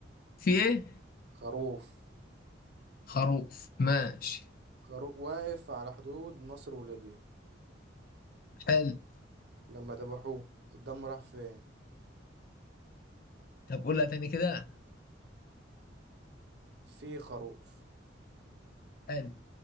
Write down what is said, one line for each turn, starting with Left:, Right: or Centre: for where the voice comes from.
Left: في إيه؟
Right: خروف
Left: خروف ماشي
Right: خروف واقف على حدود مصر وليبيا
Left: حلو
Right: لما ذبحوه الدم راح فين
Left: طب قولها تاني كده
Right: في خروف
Left: حلو